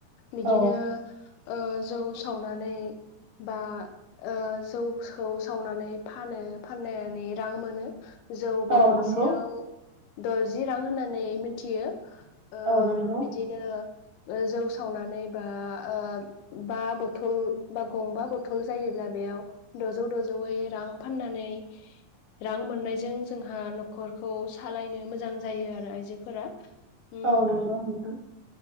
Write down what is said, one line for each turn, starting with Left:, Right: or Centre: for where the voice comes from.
Left: बिदिनो
Right: औ
Left: ओ जौ सावनानै बा ओ जौ सौ सावनानै फानो फाननानै रां मोनो जौ बथलसेयाव
Right: औ नंगौ
Left: द'जि रां होननानै मिनथियो, ओ
Right: औ नंगौ
Left: बिदिनो ओ जौ सावनानै बा ओ बा बथल बा गंबा बथल जायोब्ला बेयाव दजौ दजौयै रां फाननानै रां मोननायजों जोंहा न'खरखौ सालायनो मोजां जायो आरो आइजोफोरा, उम
Right: औ नंगौ नोंथां,